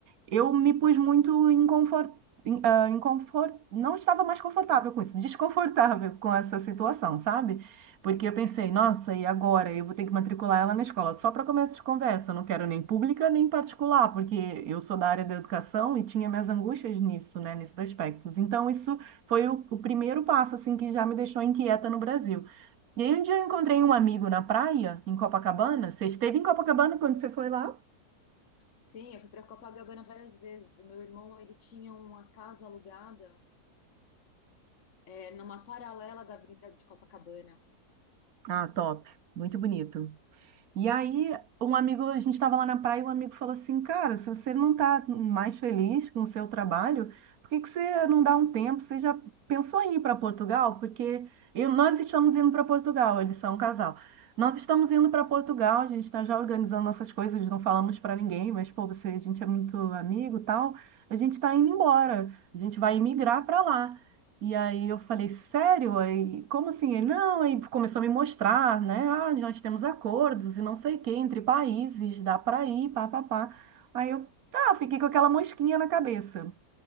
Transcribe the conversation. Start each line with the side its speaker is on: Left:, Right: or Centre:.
Right: eu me pus muito em confort, em, ah, em não estava mais confortável com isso, desconfortável com essa situação, sabe? Porque eu pensei, nossa, e agora? Eu vou ter que matricular ela na escola. Só para começo de conversa, eu não quero nem pública nem particular, porque eu sou da área da educação e tinha minhas angústias nisso, né, nesses aspectos. Então, isso foi o, o primeiro passo, assim, que já me deixou inquieta no Brasil. E aí, um dia eu encontrei um amigo na praia, em Copacabana. Você esteve em Copacabana quando você foi lá?
Left: Sim, eu fui para Copacabana várias vezes. Meu irmão, ele tinha uma casa alugada. é, numa paralela da Avenida de Copacabana.
Right: Ah, top. Muito bonito. E aí, um amigo, a gente estava lá na praia e um amigo falou assim: Cara, se você não está mais feliz com o seu trabalho, por que que você não dá um tempo? Você já pensou em ir para Portugal? Porque eu- nós estamos indo para Portugal, eles são um casal. Nós estamos indo para Portugal, a gente está já organizando nossas coisas, não falamos para ninguém, mas pô, você, a gente é muito amigo e tal. A gente está indo embora, a gente vai emigrar para lá. E aí eu falei, sério? Aí, como assim? Ele, não, aí começou a me mostrar, né? Ah, nós temos acordos e não sei o quê, entre países, dá para ir, pá, pá, pá. Aí eu, tá, fiquei com aquela mosquinha na cabeça.